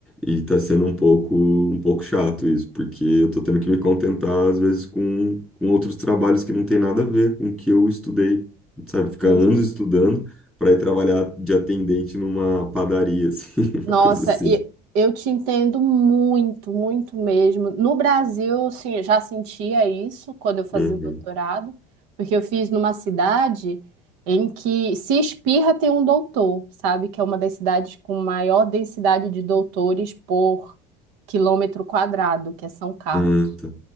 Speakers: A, in the centre; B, on the right.
A: E tá sendo um pouco, um pouco chato isso, porque eu tô tendo que me contentar, às vezes, com, com outros trabalhos que não tem nada a ver com o que eu estudei, sabe? Ficar
B: eu
A: anos estudando para ir trabalhar de atendente numa padaria, assim, <laughs>
B: Nossa,
A: uma coisa assim.
B: e eu te entendo muito, muito mesmo. No Brasil, sim, eu já sentia isso quando eu fazia
A: Uhum.
B: o doutorado, porque eu fiz numa cidade em que se espirra tem um doutor, sabe? Que é uma das cidades com maior densidade de doutores por quilômetro quadrado, que é São Carlos.
A: Ah, tá.